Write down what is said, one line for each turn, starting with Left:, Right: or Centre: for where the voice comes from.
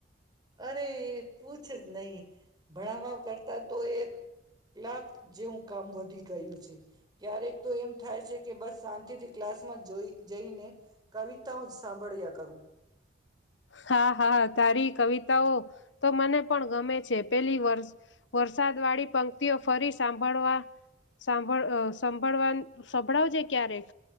Right: અરે પૂછ જ નહી. ભણવા કરતા તો એક કલાક જેવું કામ વધી ગયું છે ક્યારેક તો એમ થાય છે કે બસ શાંતિથી ક્લાસમાં જોઈ જઈને કવિતાઓ સાંભળ જા કરું.
Left: હા હા તારી કવિતાઓ તો મને પણ ગમે છે પેલી વર <unintelligible> વાળી પંક્તિઓ ફરી સાંભળવા સાંભળ સાંભળવા સંંભળાવજે ક્યારેક